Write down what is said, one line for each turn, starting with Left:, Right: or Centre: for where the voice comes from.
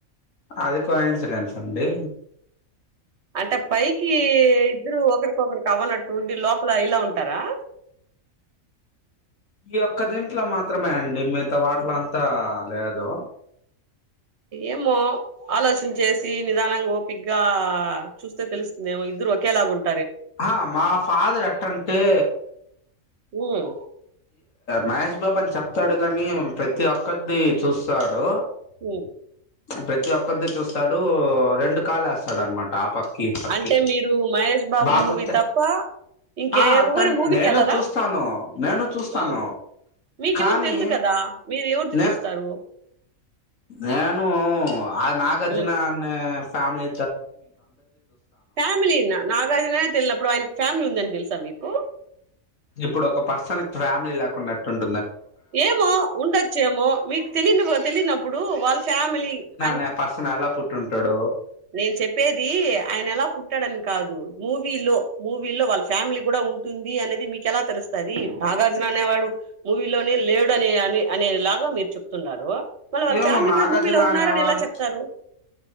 Left: అది కో ఇన్సిడెన్స్ ఉండి
Right: అంటే పైకి ఇద్దరు ఒకరికొకరికి అవ్వనట్టు ఉండి లోపల లా ఇలా ఉంటారా
Left: ఈ ఒక్క దంట్లో మాత్రమే అండి మిగత వాటల అంతా లేదు
Right: ఏమో ఆలోచన చేసి నిదానంగా ఓపిక్గా చూస్తే తెలుస్తుందేమో ఇద్దరు ఒకేేలాగుంటు
Left: ఆ మా ఫాదర్ ఎటంటే
Right: ఉనో
Left: మహేష్ బాబు అని చెప్తాడు కాని ప్రతి ఒక్కటిని చూస్తాడు
Right: హ్మ్.
Left: ప్రతి ఒక్కది చూస్తాడు రెండు కాలు వస్తాడు సడన్మాట ఆ పక్కకి పక్కకి
Right: అంటే మీరు 'మహేష్ బాబు'
Left: బాగు
Right: మూవీ
Left: ఉంట
Right: తప్ప ఇంకెవ్వరి
Left: ఆ తన్
Right: మూవీకెళ్ళరా?
Left: నేను చూస్తాను నేను చూస్తాను
Right: హ్మ్. మీకెవరు
Left: కానీ
Right: తెలీదు కదా! మీరు ఎవరిది
Left: నే
Right: చూస్తారు?
Left: నేను ఆ నాగార్జున
Right: హ్మ్.
Left: అన్న ఫ్యామిలీ
Right: ఫ్యామిలీనా నాగార్జుననే తెలినప్పుడు ఆయనకి ఫ్యామిలీ ఉందని తెలుసా మీకు
Left: ఇప్పుడు ఒక పర్సన్ ఫ్యామిలీ లేకుండాటుంది
Right: ఏమో ఉండొచ్చేమో మీకు తెలిన తెలియనప్పుడు వాళ్ళ ఫ్యామిలీ అని
Left: నా పర్సన్ ఎలా పుట్టి ఉంటాడు
Right: నేను చెప్పేది ఆయన ఎలా పుట్టాడని కాదు మూవీలో మూవీలో వాళ్ళ ఫ్యామిలీ కూడా ఉంటుంది అనేది మీకెలా తెలుస్తుది నాగార్జున అనేవాడు మూవీలోనే లేడు అనే అనే ఇలాగా మీరు చెప్తున్నారు మళ్ళ వాళ్ళ
Left: ఏమో
Right: ఫ్యామిలీ
Left: నాగార్జున
Right: కూడా మూవీలో ఉన్నారని
Left: అనేవాళ్ళు
Right: ఎలా చెప్తారు